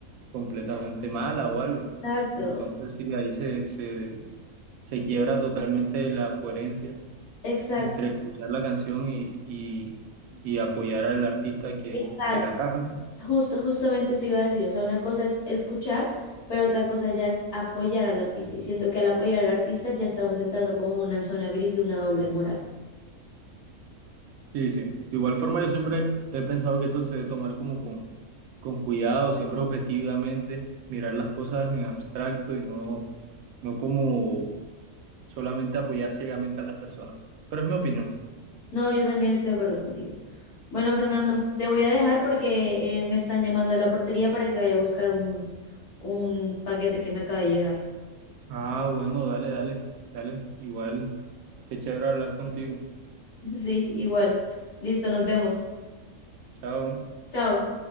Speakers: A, on the right (about 75°); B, on the left (about 80°).
A: completamente mala o algo.
B: Exacto,
A: Entonces, sí, ahí se, se, se quiebra totalmente la coherencia
B: exacto,
A: entre escuchar la canción y, y, y apoyar al artista que,
B: exacto.
A: que la canta.
B: Justo, justamente eso iba a decir, o sea, una cosa es escuchar, pero otra cosa ya es apoyar al artista. Y siento que al apoyar al artista ya estamos entrando como en una zona gris de una doble moral.
A: Sí, sí. De igual forma, yo siempre he pensado que eso se debe tomar como con, con cuidado, siempre objetivamente, mirar las cosas en abstracto y no, no como solamente apoyar ciegamente a las personas. Pero es mi opinión.
B: No, yo también estoy de acuerdo contigo. Bueno, Fernando, te voy a dejar porque eh, me están llamando de la portería para que vaya a buscar un, un paquete que me acaba de llegar.
A: Ah, bueno, dale, dale, dale. Igual, qué chévere hablar contigo.
B: <laughs> Sí, igual. Listo, nos vemos.
A: Chao.
B: Chao.